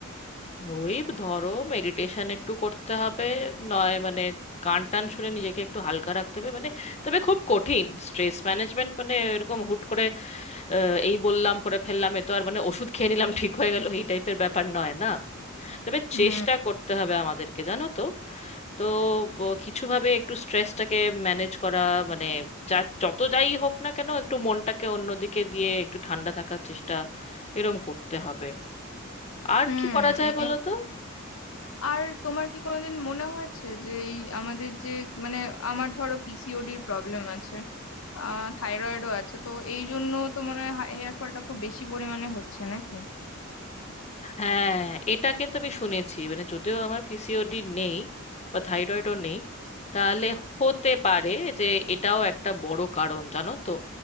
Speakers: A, on the left; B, on the left.
A: ওই ধরো মেডিটেশন একটু করতে হবে নয় মানে গান টান শুনে নিজেকে একটু হালকা রাখতে হবে মানে তবে খুব কঠিন স্ট্রেস ম্যানেজমেন্ট মানে এরকম হুট করে আহ, এই বললাম করে ফেললাম এ তো আর মানে ওষুধ খেয়ে নিলাম ঠিক হয়ে গেল এই টাইপের ব্যাপার নয় না তবে
B: হুম
A: চেষ্টা করতে হবে আমাদেরকে জানো তো তো ব- কিছুভাবে একটু স্ট্রেসটাকে ম্যানেজ করা মানে যা যত যাই হোক না কেন একটু মনটাকে অন্যদিকে দিয়ে একটু ঠান্ডা থাকার চেষ্টা এরম করতে হবে আর
B: হুম
A: কি করা যায়
B: এ
A: বলো তো
B: আর তোমার কি কোনোদিন মনে হয়েছে যে এই আমাদের যে মানে আমার ধরো পিসিওডির প্রবলেম আছে আহ থাইরয়েডও আছে তো এই জন্য তো মনে হয় হেয়ার ফলটা খুব বেশি পরিমাণে হচ্ছে নাকি
A: হ্যাঁ এটা কিন্তু আমি শুনেছি মানে যদিও আমার পিসিওডি নেই বা থাইরয়েডও নেই তাহলে হতে পারে যে এটাও একটা বড় কারণ জানো তো